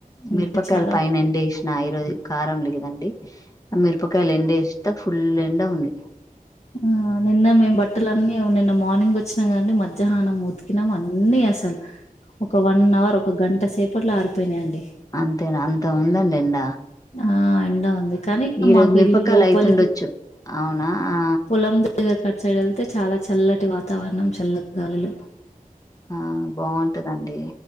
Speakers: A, on the left (about 50°); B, on the left (about 25°).
A: అంటే
B: మిరపకాయలు
A: చాలా
B: పైన ఎండేసిన ఈరోజు, కారం లేదండి. ఆ మిరపకాయలు ఎండేస్తే, ఫుల్ ఎండ ఉంది.
A: ఆ నిన్న మేము బట్టలన్నీ నిన్న మార్నింగ్ వచ్చినం కదండి! మద్ మధ్యాహ్నం ఉతికినాం. అన్ని అసలు ఒక వన్ అవర్ ఒక గంట సేపట్లో ఆరిపోయినాయండి.
B: అంతేన! అంత ఉందండి ఎండ.
A: ఆ ఎండ ది కానీ,
B: ఈరోజు
A: మాకు
B: మిరపకాయలు
A: ఇల్లు లోపలికి,
B: అయితుండొచ్చు అవునా ఆ
A: పొలం దగ్గర కట్ సైడ్ ఎళ్తే చాల చల్లటి వాతావరణం. చల్లగాలులు
B: ఆ బాంటదండి.